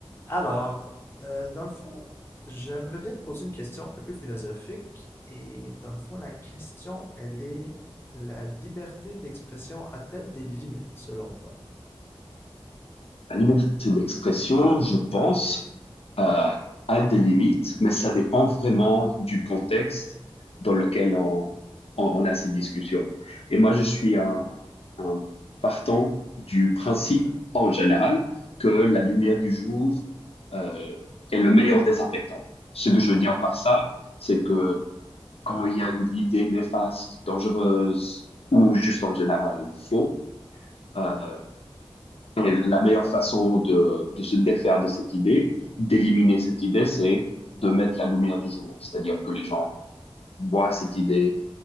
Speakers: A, on the left; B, on the left.
A: Alors, euh, dans le fond, j'aimerais bien te poser une question un peu philosophique. Et dans le fond, la question, elle est, la liberté d'expression a-t-elle des limites, selon toi?
B: La liberté d'expression, je pense, euh, a des limites, mais ça dépend vraiment du contexte dans lequel on, on- on a ces discussions. Et moi, je suis un, un partant du principe, en général, que la lumière du jour, euh, est le meilleur désinfectant. Ce que je veux dire par ça, c'est que quand il y a une idée néfaste, dangereuse ou juste en général faux, euh, et la meilleure façon de, de se défaire de cette idée, d'éliminer cette idée, c'est de mettre la lumière du jour. C'est-à-dire que les gens voient cette idée,